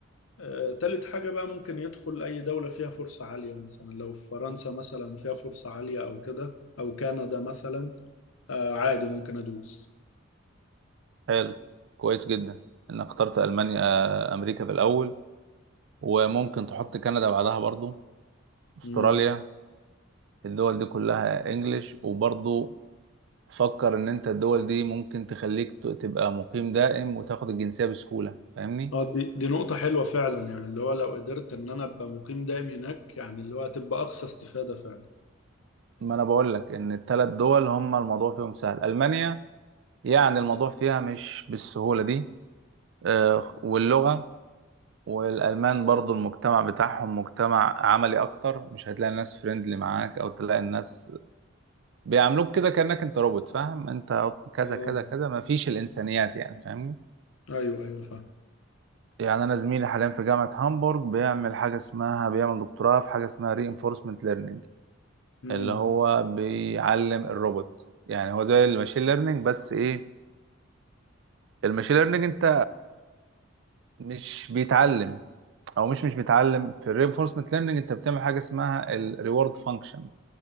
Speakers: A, on the left (about 80°); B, on the right (about 60°).
A: آه، تالت حاجة بقى ممكن يدخل أي دولة فيها فرصة عالية مثلا لو في فرنسا مثلا فيها فرصة عالية أو كده أو كندا مثلا آه، عادي ممكن أدوس
B: حلو كويس جدا انك اخترت المانيا آه، امريكا في الاول وممكن تحط كندا بعدها برضو استراليا
A: مم.
B: الدول دي كلها انجليش وبرضو فكر ان انت الدول دي ممكن تخليك ت- تبقى مقيم دائم وتاخد الجنسية بسهولة فاهمني
A: اه دي دي نقطة حلوة فعلا يعني اللي هو لو قدرت إن أنا أبقى مقيم دائم هناك يعني اللي هو هتبقى أقصى استفادة فعلا
B: ما انا بقول لك ان الثلاث دول هم الموضوع فيهم سهل المانيا يعني الموضوع فيها مش بالسهولة دي آه، واللغة والالمان برضو المجتمع بتاعهم مجتمع عملي اكتر مش هتلاقي الناس فريندلي معاك او تلاقي الناس بيعاملوك كده كأنك انت روبوت فاهم انت كذا
A: اه
B: كذا كذا ما فيش الانسانيات يعني فاهمني
A: أيوه أيوه فاهم
B: يعني انا زميلي حاليا في جامعه هامبورغ بيعمل حاجه اسمها بيعمل دكتوراه في حاجه اسمها ري انفورسمنت ليرنينج
A: مم.
B: اللي هو بيعلم الروبوت يعني هو زي الماشين ليرنينج بس ايه الماشين ليرنينج انت مش بيتعلم او مش مش بيتعلم في الري انفورسمنت ليرنينج انت بتعمل حاجه اسمها الريورد فانكشن